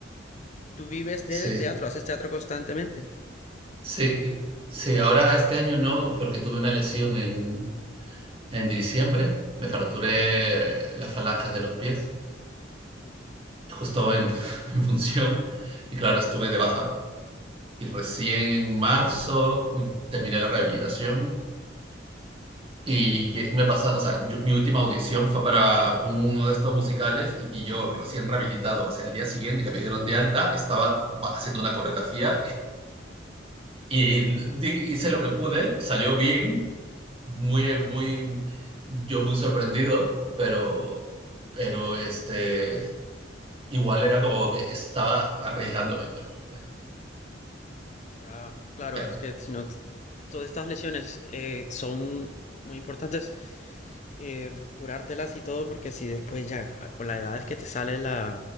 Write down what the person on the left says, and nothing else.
tú vives del
teatro, haces teatro constantemente.
Oh,
oh.
Ah, claro,
es
que si no, t- todas estas lesiones eh, son muy importantes eh, curártelas y todo, porque si después ya ah, con la edad es que te sale la,